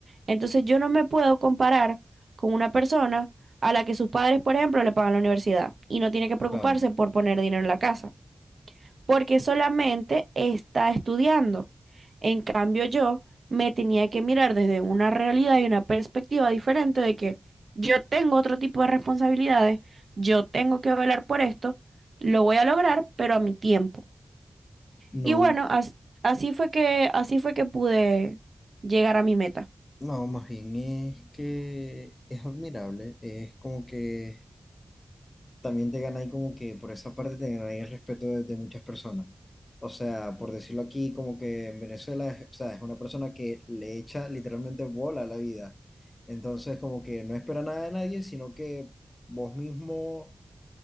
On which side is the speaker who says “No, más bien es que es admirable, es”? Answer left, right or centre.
Left